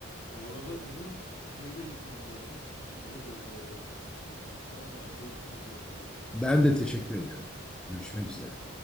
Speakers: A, on the left; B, in the centre.
A: Bu arada benim bir yere gitmem lazım. Teşekkür ediyorum muhabbetiniz için. Sonra görüşürüz diyorum o zaman.
B: Ben de teşekkür ederim. Görüşmek üzere.